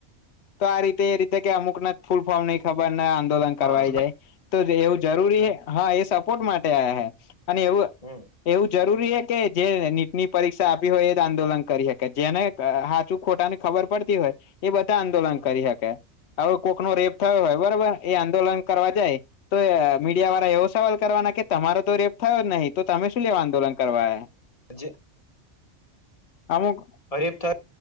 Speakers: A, on the left; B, on the left.
A: તો આ રીતે એ રીતે અમુક ને ફૂલ ફોર્મ નય ખબર ને આંદોલન કરવા
B: હા
A: જાય તો એવું જરૂરી
B: હમ
A: હે, હા એ સપોર્ટ માટે આયા હોય અને એવું
B: હમમ.
A: એવું જરૂરી હે કે જે નીટની પરીક્ષા આપી હોય એ જ આંદોલન કરી શકે જેને હાચું ખોટા ની ખબર પડતી હોય એ બધા આંદોલન
B: હમ
A: કરી શકે. હવે કોક નો રેપ થયો હોય બરોબર એ આંદોલન કરવા જાય તો એ મીડિયાવાળા એવો સવાલ કરવાના કે તમારો તો રેપ થયો જ નહી, તો તમે શું લેવા આંદોલન કરવા આયા.
B: જ
A: અમુક
B: અ રેપ થય